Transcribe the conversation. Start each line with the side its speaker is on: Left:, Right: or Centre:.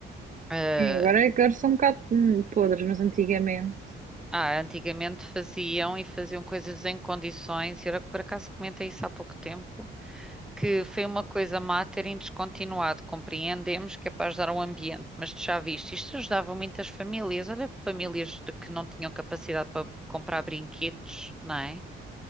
Centre: eh,
Right: Sim, agora, agora são um bocado hum, podres, mas antigamente.
Centre: ah, antigamente faziam e faziam coisas em condições. E era que por acaso comentei isso há pouco tempo, que foi uma coisa má terem descontinuado. Compreendemos que é para ajudar o ambiente, mas tu já viste, isto ajudava muitas famílias. Olha, famílias de que não tinham capacidade para comprar brinquedos, não é?